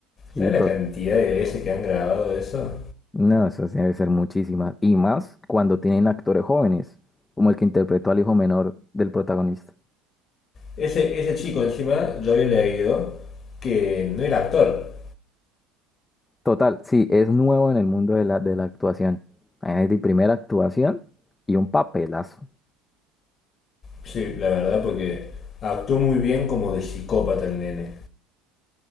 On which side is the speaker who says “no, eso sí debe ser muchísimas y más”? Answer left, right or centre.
Left